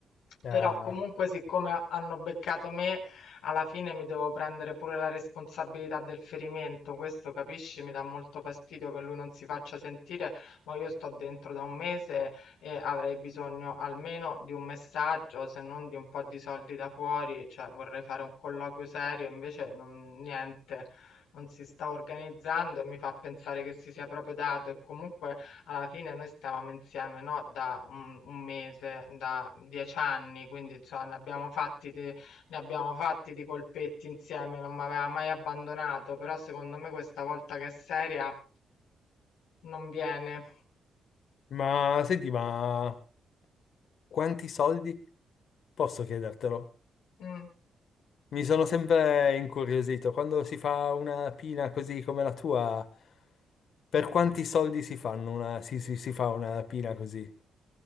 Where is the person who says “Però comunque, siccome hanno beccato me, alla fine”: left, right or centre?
Left